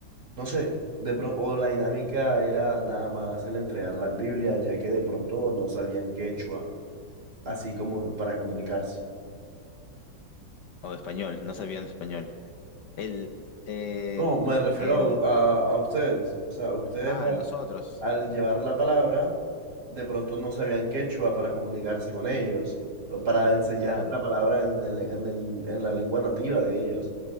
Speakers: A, on the right (about 55°); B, on the left (about 65°).
A: No sé, de pro- o la dinámica era nada más el entregar las Biblias, ya que de pronto no sabían quechua, así como para comunicarse.
B: O español, no sabían español. El, eh,
A: No, me refiero
B: el,
A: a, a- a ustedes. O sea, ustedes
B: ah,
A: al,
B: nosotros,
A: al llevar la palabra, de pronto no sabían quechua para comunicarse con ellos, o para enseñar
B: claro,
A: la palabra en el- en el- en la lengua nativa de ellos.